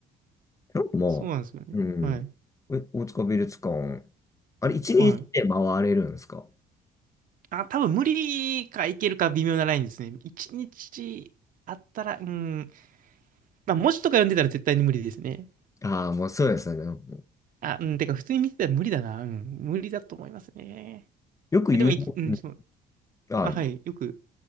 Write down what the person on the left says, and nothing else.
なんかもう、
うん。
え大塚美術館、あれ、一日で回れるんですか
ああ、もうそうですね。もう
よく有名、
うん
ああ、